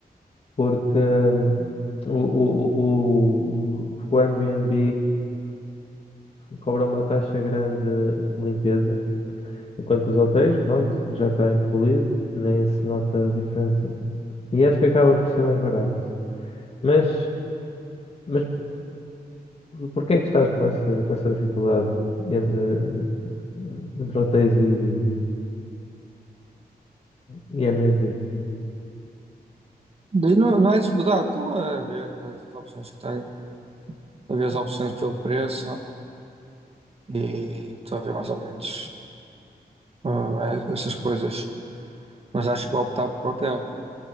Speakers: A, on the left (about 40°); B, on the right (about 35°).
A: porque hum, o, o, o, o- porque o Airbnb cobra uma taxa grande de limpeza, enquanto que os hotéis, pronto, já está incluído, nem se nota a diferença. E acho que acaba por ser mais barato. Mas, mas porquê é que estás com essa, com essa dificuldade entre, entre hotéis e, e Airbnb?
B: Daí Não, não é dificuldade, estou a ver as as opções que tenho, a ver as opções pelo preço e estou a ver mais ou menos ah, essas coisas. Mas acho que vou optar por hotel.